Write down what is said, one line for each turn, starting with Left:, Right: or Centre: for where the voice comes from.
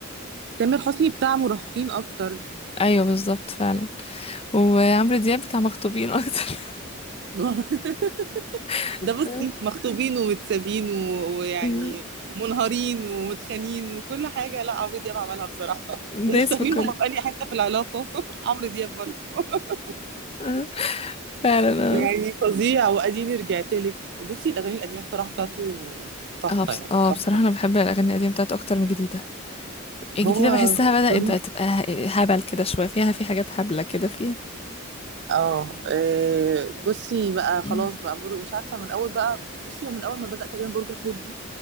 Right: تامر حسني بتاع مراهقين اكتر
Left: ايوه بالظبط فعلا وعمرو دياب بتاع مخطوبين اكتر
Right: <laughs>
Left: <laughs>
Right: ده بصي
Left: آه.
Right: مخطوبين ومتسابين و- ويعني
Left: أمم.
Right: منهارين ومتخانين وكل حاجة لا عمرو دياب عملها بصراحة <laughs> ومش
Left: دايس
Right: فاهمين
Left: في كله
Right: هما في أي حتة في العلاقة <laughs> عمرو دياب برضه <laughs>
Left: آه. فعلا
Right: يعني
Left: اه
Right: فظيع وأديني رجعت لك بصي الأغاني القديمة بصراحة بتاعته تحفة
Left: اه بص...
Right: يعني
Left: اه
Right: تحفة
Left: بصراحة انا بحب الاغاني القديمة بتاعت اكتر من الجديدة الجديدة
Right: هو
Left: بحسها بدأت
Right: جميل.
Left: بقى تبقى ه- هبل كده شوية فيها في حاجات هبلة كده فيها
Right: اه إيه، بصي بقى خلاص
Left: أمم.
Right: بقى بر... مش عارفة من أول بقى بصي هو من أول ما بدأ تقريبا برج الحوت دي